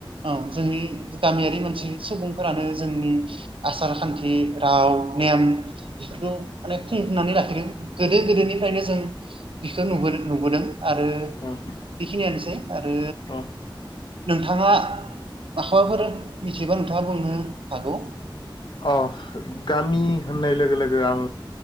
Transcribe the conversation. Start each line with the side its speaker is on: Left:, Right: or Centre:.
Right: औ जोंनि गामियारि मोनसे सुबुंफोरानो जोंनि आसारखान्थि राव नेम बेफोरखौ माने खुंनानै लाखिदों गोदो गोदोनिफ्रायनो जों बिखौ नुबो नुबोदों। आरो
Left: उम
Right: बेखिनियानोसै आरो
Left: उम
Right: नोंथाङा माखौबाफोर मिथिबा नोंथाङा बुंनो हागौ।
Left: अ गामि होननाय लोगो लोगो आं